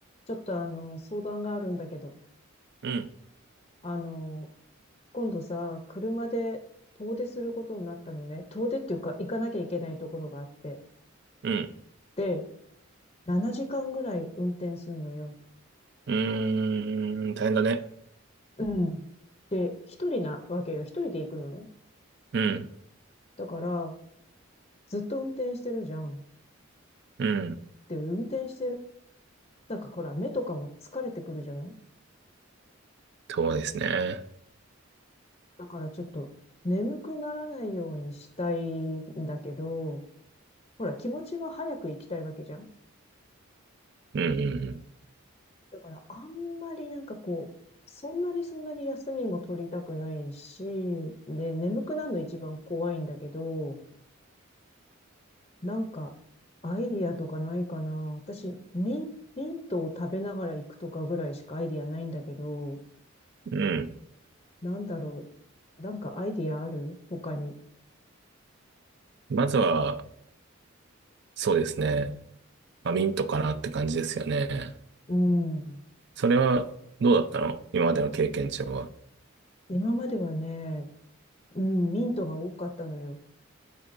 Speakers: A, on the left; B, on the right.
A: ちょっとあの、相談があるんだけど、
B: うん、
A: あの、今度さ、車で遠出することになったのね。遠出っていうか、行かなきゃいけないところがあって。
B: うん、
A: で、7時間ぐらい運転すんのよ。
B: うーん、大変だね。
A: うん。で、一人なわけよ。一人で行くのね。
B: うん、
A: だから、ずっと運転してるじゃん。
B: うん、
A: で、運転してる。なんかほら、目とかも疲れてくるじゃない
B: そうですね。
A: だからちょっと、眠くならないようにしたいんだけど、ほら、気持ちは早く行きたいわけじゃん。
B: うん、
A: だからあんまりなんかこう、そんなにそんなに休みも取りたくないし、で、眠くなるの一番怖いんだけど、なんか、アイディアとかないかな。私、ミン、ミントを食べながら行くとかぐらいしかアイディアないんだけど、
B: うん、うん。
A: なんだろう。なんかアイディアある他に。
B: まずは、そうですね。まあ、ミントかなって感じですよね。
A: うん。
B: それは、どうだったの今までの経験値は。
A: 今まではね、うん、ミントが多かったのよ。